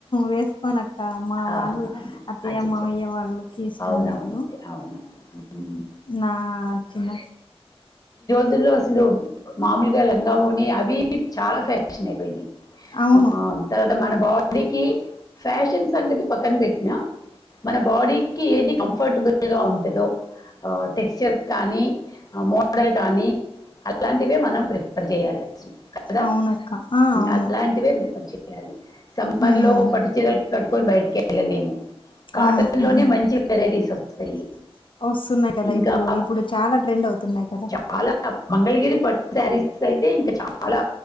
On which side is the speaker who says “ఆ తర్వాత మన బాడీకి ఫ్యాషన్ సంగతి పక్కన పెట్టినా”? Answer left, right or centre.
Left